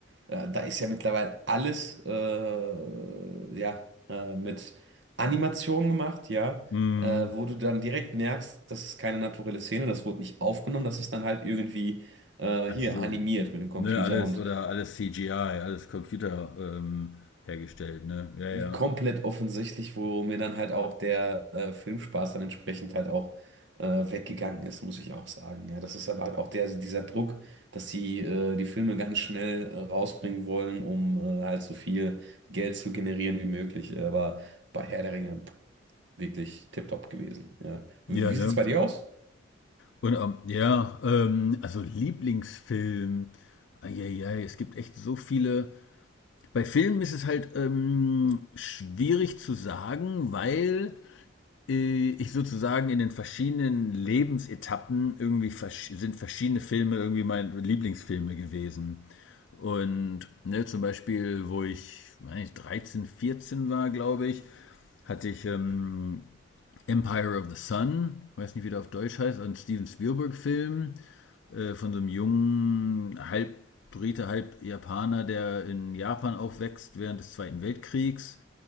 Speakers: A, on the right; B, on the left.
A: äh, da ist ja mittlerweile alles äh, ja, äh, mit Animation gemacht, ja,
B: Mm.
A: äh, wo du dann direkt merkst, das ist keine naturelle Szene, das wurde nicht aufgenommen, das ist dann halt irgendwie äh,
B: Also,
A: hier animiert mit dem Computer.
B: ne, alles
A: Und
B: oder alles CGI, alles Computer ähm, hergestellt, ne? Ja, ja.
A: komplett offensichtlich, wo mir dann halt auch der äh, Filmspaß dann entsprechend halt auch äh, weggegangen ist, muss ich auch sagen. Ja, das ist aber halt auch der, dieser Druck, dass sie äh, die Filme ganz schnell äh, rausbringen wollen, um äh, halt so viel Geld zu generieren wie möglich. Aber bei Herr der Ringe pff, wirklich tipptopp gewesen. Ja. Wie,
B: Ja,
A: wie
B: ne?
A: sieht's bei dir aus?
B: Und ähm, ja, ähm, also Lieblingsfilm. Eieiei, es gibt echt so viele. Bei Filmen ist es halt ähm, schwierig zu sagen, weil äh, ich sozusagen in den verschiedenen Lebensetappen irgendwie versch sind verschiedene Filme irgendwie meine Lieblingsfilme gewesen. Und ne, zum Beispiel, wo ich, weiß nicht, 13, 14 war, glaube ich, hatte ich ähm, Empire of the Sun, weiß nicht, wie der auf Deutsch heißt, ein Steven Spielberg-Film äh, von so einem jungen, halb Brite, halb Japaner, der in Japan aufwächst während des Zweiten Weltkriegs